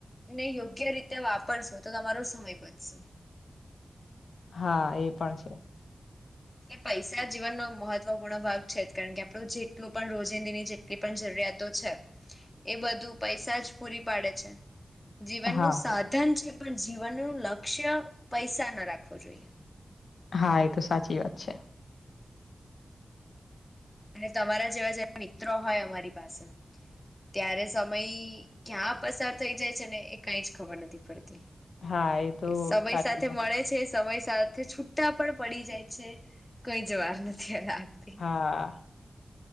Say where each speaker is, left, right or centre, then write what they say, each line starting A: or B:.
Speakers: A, on the left (about 20°); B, on the left (about 85°).
A: ને યોગ્ય રીતે વાપરશો તો તમારો સમય બચશે
B: હા એ પણ છે
A: એટલે પૈસા જીવનનો મહત્વપૂર્ણ ભાગ છે જ કારણ કે આપણું જેટલું પણ રોજિંદીની જે લી પણ જરૂરિયાતો છે એ બધું પૈસા જ પૂરી પાડે છે જીવનનું
B: હા
A: સાધન છે પણ જીવનનું લક્ષ્ય પૈસા ના રાખવો જોઈએ
B: હા એ તો સાચી વાત છે
A: અને તમારા જેવા જેવા મિત્રો હોય અમારી પાસે ત્યારે સમય ક્યાં પસાર થઈ જાય છે ને એ કઈ જ ખબર નથી પડતી
B: હા એ તો
A: કે સય
B: સાચી
A: સાથે
B: વાત
A: મળે છે સમય સાથે છુટા પણ પડી જાય છે કઈ જ વાર નથી લાગતી
B: હા